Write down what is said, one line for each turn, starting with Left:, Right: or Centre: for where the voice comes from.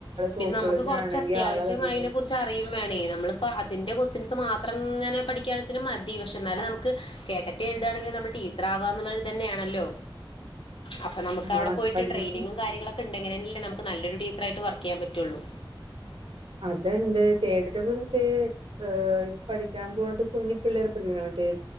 Left: പിന്നെ
Right: സോഷ്യോളജി
Left: നമുക്ക് കുറച്ച്
Right: ആണെങ്കിൽ
Left: അത്യാവശ്യം
Right: ആളതിന്
Left: അയിനെ കുറിച്ച് അറിയും വേണേ നമ്മളിപ്പ അതിന്റെ ക്വസ്റ്റ്യൻസ് മാത്രം ഇങ്ങനെ പഠിക്കാന്നെച്ചാലും മതി പക്ഷെ എന്നാലും നമുക്ക് കേട്ടറ്റ എഴുതാണെങ്കിലും നമ്മൾ ടീച്ചർ ആവാന്നുള്ള ഇതന്നെയാണല്ലോ അപ്പൊ നമുക്ക് അവിടെ
Right: ആഹ്
Left: പോയിട്ട്
Right: പഠിക്കണം
Left: ട്രെയിനിങ്ങും കാര്യങ്ങളൊക്കെ ഇണ്ടങ്കിലല്ലേ നമുക്ക് നല്ലൊരു ടീച്ചറായിട്ട് വർക്ക് ചെയ്യാൻ പറ്റുള്ളൂ
Right: അതണ്ട് കേട്ടട്ട മറ്റേ ഏഹ് പഠിക്കാൻ പോണ കുഞ്ഞി പിള്ളേരെ പടിപ്പിക്കണ മറ്റേ